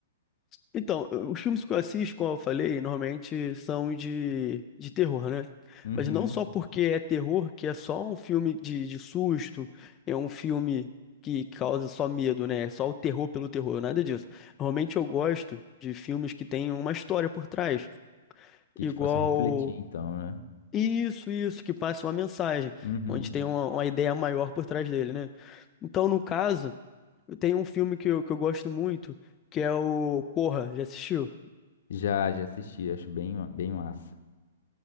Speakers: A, on the left (about 25°); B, on the left (about 60°).
A: Então, os filmes que eu assisto, como eu falei, normalmente são de, de terror, né?
B: Uhum.
A: Mas não só porque é terror, que é só um filme de, de susto, é um filme que causa só medo, né? É Só o terror pelo terror, nada disso. Normalmente eu gosto de filmes que têm uma história por trás,
B: Que
A: igual
B: te façam refletir, então, né?
A: isso, isso, que passa uma mensagem,
B: Uhum.
A: onde tem uma, uma ideia maior por trás dele, né? Então, no caso, tem um filme que eu, que eu gosto muito, que é o Corra, já assistiu?
B: Já, já assisti, acho bem, ma- bem massa.